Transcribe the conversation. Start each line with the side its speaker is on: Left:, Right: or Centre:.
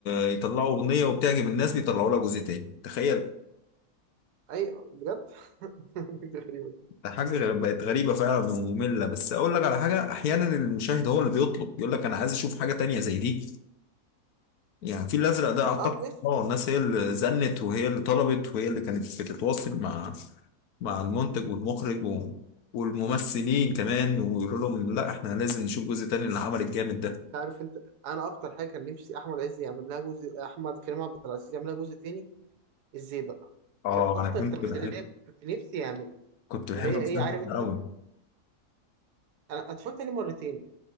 Left: آه، يطلعوا أغنية وبتعجب الناس بيطلعوا لها جزء تاني تخيل
Right: ايوه بجد <laughs> غريبة
Left: ده حاجة غ- بقت غريبة فعلا ومملة بس أقول لك على حاجة أحيانا المشاهد هو اللي بيطلب يقول لك أنا عايز أشوف حاجة تانية زي دي يعني الفيل الأزرق ده أعتقد
Right: اه ماشي
Left: اه الناس هي اللي زنت وهي اللي طلبت وهي اللي كانت بتتواصل مع مع المنتج والمخرج و... والممثلين كمان ويقولوا لهم لا احنا لازم نشوف جزء تاني للعمل الجامد ده
Right: انت عارف انت انا اكتر حاجه كان نفسي احمد عز يعمل لها جزء احمد كريم عبد العزيز يعمل لها جزء تاني ازاي بقى
Left: اه
Right: كانت اكتر
Left: انا كنت
Right: تمثيليه
Left: بحب
Right: كنت نفسي يعملها
Left: كنت بحب
Right: اللي هي
Left: المسلسل
Right: ايه عارف انت
Left: ده قوي
Right: انا اتفرجت عليه مرتين